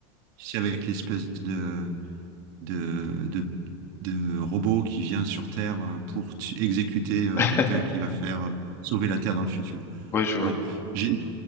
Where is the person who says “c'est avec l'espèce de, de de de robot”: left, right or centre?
Right